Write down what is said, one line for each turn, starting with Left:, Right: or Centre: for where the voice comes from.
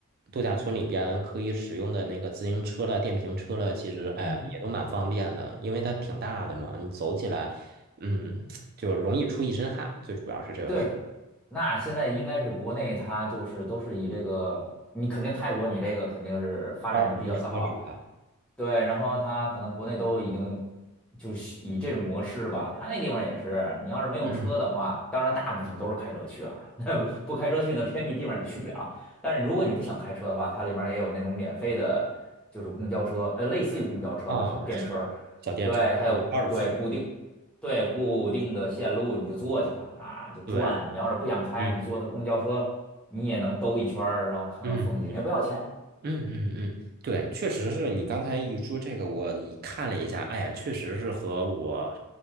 Right: 度假村里边可以使用的那个自行车了、电瓶车了，其实哎也都蛮方便的，
Centre: 嗯。
Right: 因为它挺大的嘛，你走起来，嗯，就容易出一身汗，最主要是这个是
Centre: 对，那现在应该是国内它就是都是以这个，你肯定泰国你这个肯定是发展的比较早，
Right: 高尔夫车是吧？
Centre: 对，然后它可能国内都已经就是以这种模式吧，它那地方也是，你要是没有车的话，
Right: 嗯，
Centre: 当然大部分都是开车去啊，<laughs> 那不开车去那偏僻地方也去不了。但是如果你不想开车的话，它里面也有那种免费的，就是公交车，呃，类似于公交车吧，
Right: 啊，
Centre: 小电车，
Right: 是小电车就是高尔夫，
Centre: 对，它有对固定。对，固定的线路你就坐去吧，啊，就转。
Right: 对，
Centre: 你要是不想开，
Right: 嗯
Centre: 你坐他公交车，你也能兜一圈儿然后看看风景，
Right: 嗯。
Centre: 也不要钱。
Right: 嗯嗯嗯，对，确实是你刚才一说这个，我一看了一下，哎呀，确实是和我